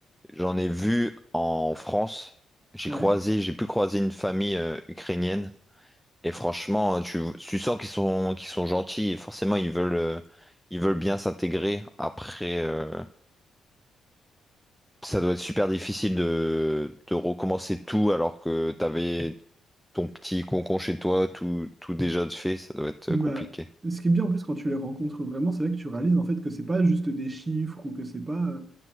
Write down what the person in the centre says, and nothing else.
j'en ai vu en France. J'ai
croisé, j'ai pu croiser une famille euh, ukrainienne et franchement, tu, tu sens qu'ils sont qu'ils sont gentils et forcément ils veulent euh, ils veulent bien s'intégrer. Après, euh, ça doit être super difficile de de recommencer tout alors que t'avais ton petit concon chez toi, tout, tout déjà de fait, ça doit être
euh, compliqué.